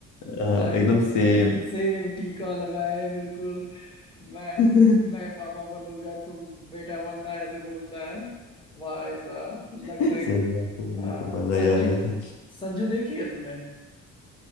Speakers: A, on the left; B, on the left.
A: हाँ,
B: भाई
A: एकदम
B: वो
A: सेम
B: सेम टीका लगाए बिल्कुल मैं
A: सही
B: मैं पापा बनूंगा तुम बेटा बनना ऐसे बोलता है भाई साहब लगता
A: बात
B: है
A: है मुझे
B: हाँ,
A: तो मजा
B: संजू
A: ही आ गया था
B: संजू देखी है तुमने